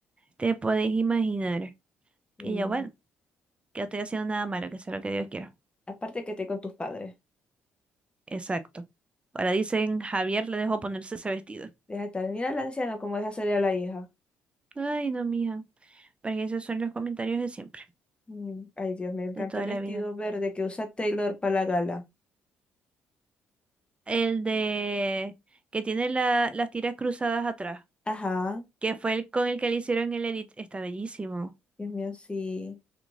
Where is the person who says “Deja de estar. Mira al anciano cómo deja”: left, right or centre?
Left